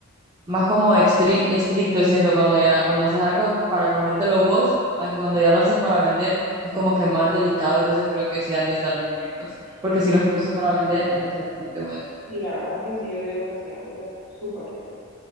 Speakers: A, on the right; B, in the centre.
A: más como estri- estricto siento cuando ya, cuando haces algo para comértelo vos, a que cuando ya lo haces para vender, es como que más delicado, entonces creo que sí han de estar bien ricos, porque si los puso para vender, han de ser bastante buenos.
B: sí, la verdad es que sí, yo digo que sí, han de ser súper ricos.